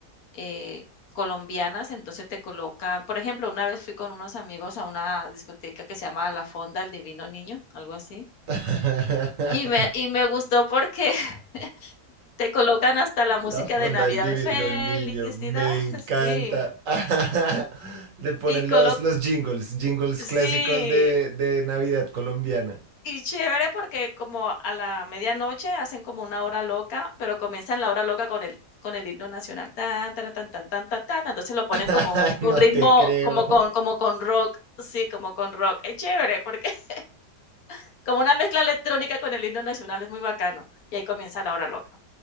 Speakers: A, on the left (about 65°); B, on the right (about 60°).
A: eh, colombianas, entonces te colocan, por ejemplo, una vez fui con unos amigos a una discoteca que se llama La Fonda del Divino Niño, algo así,
B: <laughs>
A: y me, y me gustó porque <laughs> te colocan hasta la música
B: La fonda
A: de Navidad
B: del divino
A: de felicidad,
B: niño, me encanta.
A: <laughs> sí,
B: <laughs> Le ponen
A: y colo
B: los, los jingles, jingles
A: sí,
B: clásicos de, de Navidad colombiana.
A: Y chévere porque como a la medianoche hacen como una hora loca, pero comienzan la hora loca con el con el himno nacional, tan, tan, tan, tan, tan, tan, tan, entonces lo ponen
B: <laughs>
A: como un,
B: No
A: un ritmo,
B: te creo.
A: como con, como con rock, sí, como con rock, es chévere, porque <laughs> como una mezcla electrónica con el himno nacional, es muy bacano, y ahí comienza la hora loca.